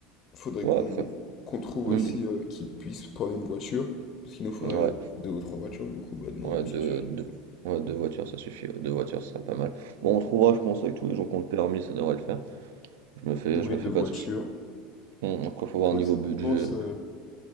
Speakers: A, on the left (about 30°); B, on the right (about 85°).
A: Faudrait
B: ouais,
A: qu'on
B: après,
A: qu'on trouve
B: on
A: aussi
B: dit.
A: euh, qui puisse prendre une voiture, parce qu'il nous faudrait
B: Ouais,
A: deux ou trois voitures, du coup, bah non,
B: ouais,
A: deux,
B: deux,
A: ça suffit,
B: deux,
A: du coup.
B: ouais, deux voitures, ça suffit. ouais, Deux voitures, ce serait pas mal. Bon, on trouvera, je pense, avec tous les gens qui ont le permis, ça devrait le faire. Je me fais,
A: Ouais,
B: je me
A: deux
B: fais
A: voitures.
B: pas de soucis. Hum, après, faut voir
A: Faut aussi
B: niveau budget.
A: qu'on pense... euh,